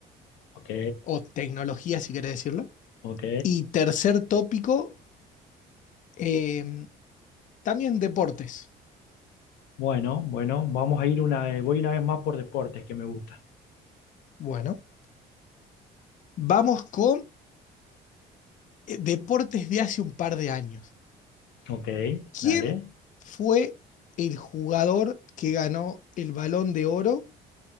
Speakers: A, on the left; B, on the left.
A: Ok.
B: o tecnología, si querés decirlo.
A: Ok.
B: Y tercer tópico, eh, también deportes.
A: Bueno, bueno. Vamos a ir una, voy una vez más por deportes que me gusta.
B: Bueno, vamos con eh, deportes de hace un par de años.
A: Ok.
B: ¿Quién
A: Dale.
B: fue el jugador que ganó el Balón de Oro